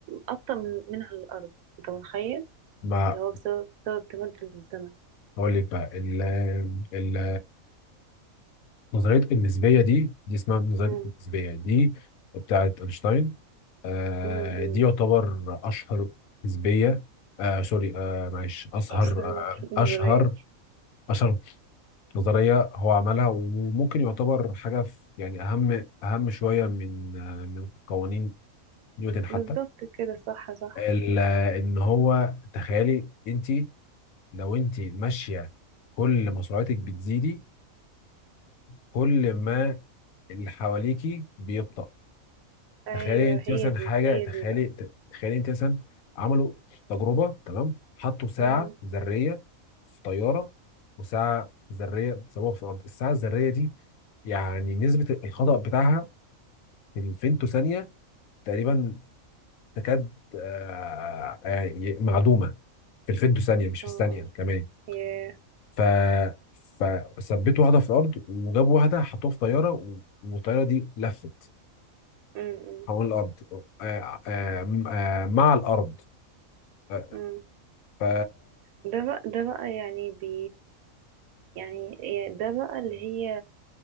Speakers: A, on the right; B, on the left.
A: أبطأ من, من على الأرض انت متخيل
B: ما
A: اللي هو بسبب بسبب تمدد الزمن
B: بقول لك بقى ال ال نظرية النسبية دي دي اسمها نظرية
A: امم
B: النسبية دي بتاعت أينشتاين آه
A: امم أمم.
B: دي يعتبر أشهر نسبية آه سوري آه معلش أشهر
A: أصلا
B: آه
A: نظرية
B: أشهر أشهر نظرية هو عملها وممكن يعتبر حاجة في يعني أهم أهم شوية من آه من قوانين نيوتن
A: بالظبط
B: حتى
A: كده صح صح
B: ال- إن هو تخيلي أنت لو أنت ماشية كل ما سرعتك بتزيدي كل ما اللي حواليكي بيبطأ
A: ايوه
B: تخيلي انت
A: هي
B: مثلا
A: دي
B: حاجه
A: هي
B: تخيلي
A: دي بقى
B: تخيلي انت مثلا عملوا تجربه تمام حطوا ساعه
A: امم
B: ذريه في طياره وساعه ذريه سووها في الارض الساعه الذريه دي يعني نسبه الخطأ بتاعها في الفيمتو ثانيه تقريبا تكاد آه، آه، يعني معدومه في الفيمتو ثانيه
A: اه
B: مش في
A: اه
B: الثانيه كمان
A: ياه
B: ف فثبتوا واحده في الارض وجابوا واحده حطوها في طياره والطياره دي لفت
A: امم امم
B: حول الأرض آه، آه، آه، مع الأرض آه،
A: أمم.
B: ف
A: ده بقى ده بقى يعني بي يعني يعني ده بقى اللي هي